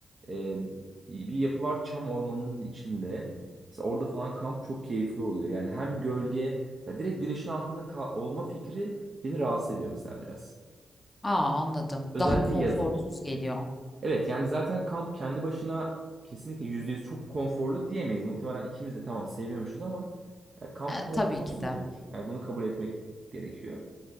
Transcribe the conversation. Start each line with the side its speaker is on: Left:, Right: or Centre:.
Right: Ee, bir yapı var çam ormanının içinde. Mesela orada falan kamp çok keyifli oluyor. Yani hem gölge, mesela direkt güneşin altında kal- olma fikri beni rahatsız ediyor mesela biraz.
Left: Aa anladım.
Right: Özellikle
Left: Daha konforsuz
Right: yazın.
Left: geliyor.
Right: Evet yani zaten kamp kendi başına kesinlikle %100 çok konforlu diyemeyiz. Muhtemelen ikimiz de tamam seviyormuşuz ama ya kamp
Left: E,
Right: konforsuzdur.
Left: tabii ki de.
Right: Yani bunu kabul etmek gerekiyor.